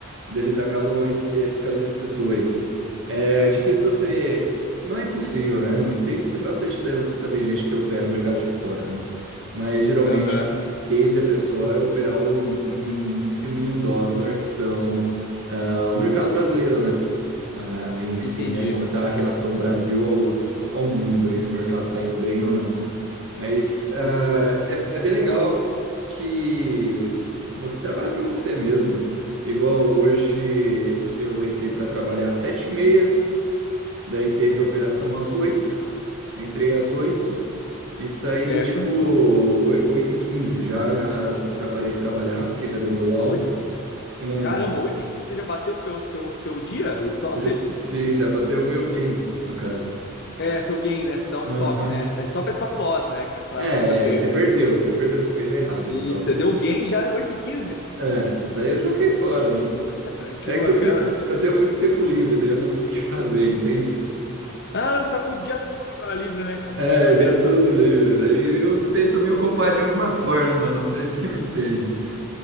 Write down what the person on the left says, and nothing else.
Aham.
Uhum.
Entendi.
Entendi.
Certo.
Oito.
Caramba, oito e quinze você já bateu o seu, seu, seu dia, o stop?
É, seu gain, né? Você dá um stop,
né? É, Stop é stop loss, né? Que é pra
quando é perca.
E
você deu gain já oito e quinze.
Ah, Que
bacana.
Caramba, você tá com o dia todo agora livre, né, cara?
Por
ver.